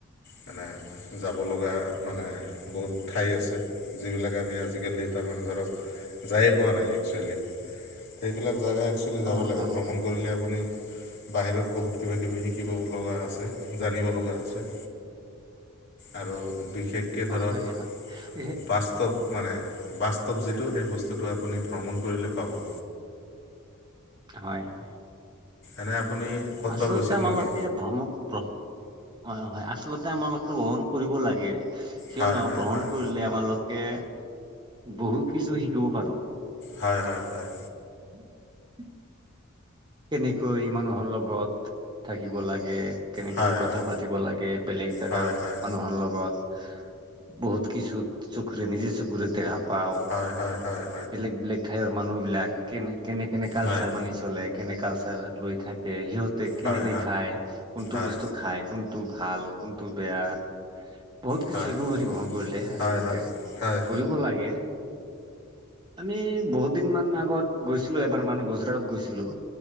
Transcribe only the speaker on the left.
মানে, যাব লগা মানে বহুত ঠাই আছে। যিবিলাক আমি আজিকালি, তাৰমানে ধৰক যায়ে পোৱা নাই একচুৱেলি, সেইবিলাক জাগাই একচুৱেলি যাব
লাগে,
ভ্ৰমণ কৰিলে আপুনি বাহিৰত বহুত কিবা-কিবি শিকিব লগা আছে, জানিব লগা আছে। আৰু বিশেষকে ধৰক,
বাস্তৱ মানে বাস্তৱ যিটো, সেই বস্তুটো আপুনি ভ্ৰমণ কৰিলে পাব।
এনে আপুনি ক'তবা
গৈছিল
নেকি
হয় হয়
হয়
হয়, হয়, হয়।
হয়
হয় হয়
হয় হয় হয় হয় হয় হয়
হয়
হয়
হয়
হয়
হয় হয় হয়